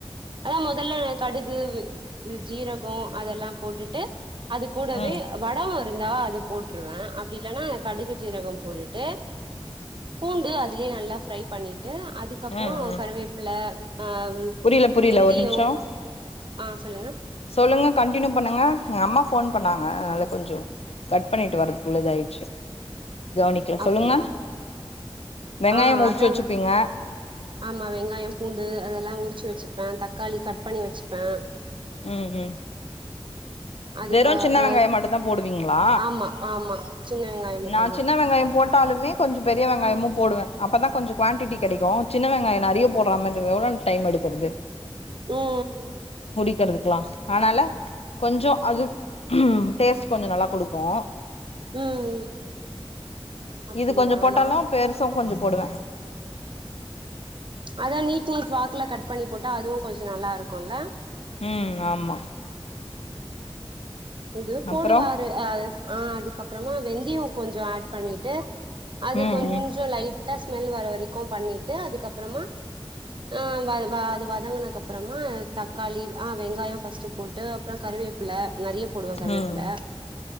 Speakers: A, on the right; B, on the left.
A: அதா முதல்ல கடுகு ஜீரக அதெல்லாம் போட்டுட்டு அது கூடவே
B: ம்
A: வடவ இருந்தா அது போட்டுருவே அப்டி இல்லனா கடுகு ஜீரகம் போட்டுட்டு பூண்டு அதுலே நல்ல ஃப்ரை பண்ணி விட்டு அதுக்கப்புறம்
B: ம் ம்
A: கருவேப்பில ஆ
B: புரியல புரியல
A: வெந்தியோ
B: ஒரு நிமிஷம்
A: ஆ சொல்லுங்க
B: சொல்லுங்க கண்ட்டுனியூ பண்ணுங்க அம்மா ஃபோன் பண்ணாங்க அதனா கொஞ்சோ கட் பண்ணிட்டு வராதுக்குள்ள இது ஆயிச்சு கவனிக்கல
A: அப்டியே
B: சொல்லுங்க வெங்காயம்
A: ஆ
B: உரிச்சு
A: அதாங்க
B: வச்சுப்பீங்க
A: ஆமா வெங்காயம் பூண்டு அதெல்லாம் உரிச்சு வச்சுப்பேன் தக்காளி க பண்ணி வச்சுப்பே
B: ம் ம்
A: அதுக்கு
B: வெறும் சின்ன
A: அ
B: வெங்காயம் மட்டும்தா போடுவீங்களா
A: ஆமா ஆமா சின்ன வெங்காயோ மட்டுந்தா
B: நான் சின்ன வெங்காயம் போட்டாலுமே கொஞ்சோ பெரிய வெங்காயமு போடுவே அப்பதான் கொஞ்சோ குவான்டிடி கிடைக்கூ சின்ன வெங்காயம் நெறைய போடுற மாறி எவ்ளோ டைம் எடுக்கறது
A: ம்
B: இருக்கிறதுக்கலா ஆனால கொஞ்சோ அது ம் டேஸ்ட் கொஞ்சோ நல்லா குடுக்கூ
A: ம் அப்டியா
B: இது கொஞ்சோ போட்டாலும்
A: நா
B: பெருசும் கொஞ்சோ போடுவே <inaudible>
A: அத நீ் நீட் வா கட் பண்ணி போட்ட அதுவு கொஞ்சோ நல்லா இருக்கூ க்கொல்ல
B: ம் ஆமா
A: இது
B: அப்றோ
A: போடுவாரு ஆ அதுக்கப்பறமா வெந்தயம் கொஞ்சோ ஆட் பண்ணிட்டு அது
B: ம்
A: கொஞ்சோ
B: ம்
A: லைட் ட்ட ஸ்மெல் வர வரைக்கூ பண்ணிட்டு அதுக்கப்பறமா ஹ வ அது வதங்கனதுக்கு அப்பறமா தக்காளி ஆஹ் வெங்காயம் ஃபர்ஸ்ட்டு போட்டு அப்பறோ கருவேப்பில நறைய போடுவே கருவேப்ல
B: ம் ம்